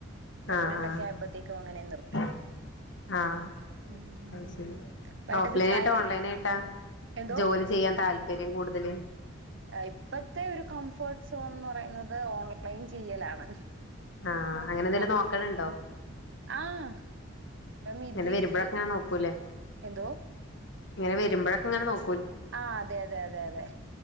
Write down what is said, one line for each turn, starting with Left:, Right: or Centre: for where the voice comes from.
Right: പ്രഗ്നന്റ്
Left: ആഹ്
Right: ഒക്കെ ആയപ്പോഴത്തേക്കും അങ്ങനെ നിർത്തി
Left: ആഹ് ആഹ്
Right: ഉം.
Left: അയ്ശരി
Right: വൈകിട്ടത്തെ
Left: ഓഫ്ലൈനായിട്ടാ
Right: ചായ കുടി
Left: ഓൺലൈൻ ആയിട്ടാ
Right: എന്തോ?
Left: ജോലി ചെയ്യാൻ താല്പര്യം കൂടുതല്?
Right: ഇപ്പഴത്തെ ഒരു കംഫോർട്ട് സോൺ എന്ന് പറയുന്നത് ഓൺലൈൻ ചെയ്യലാണ്
Left: ആഹ് അങ്ങനെ എന്തെങ്കിലും
Right: നമ
Left: നോക്കണുണ്ടോ?
Right: ആഹ് അപ്പം ഇത്
Left: ഇങ്ങനെ വരുമ്പോഴൊക്കെയാണ്
Right: ഇതില്
Left: നോക്കൂല്ലേ
Right: എന്തോ
Left: ഇങ്ങനെ വരുമ്പോഴൊക്കെങ്ങനെ നോ
Right: ആ അതെ അതെ അതെ അതെ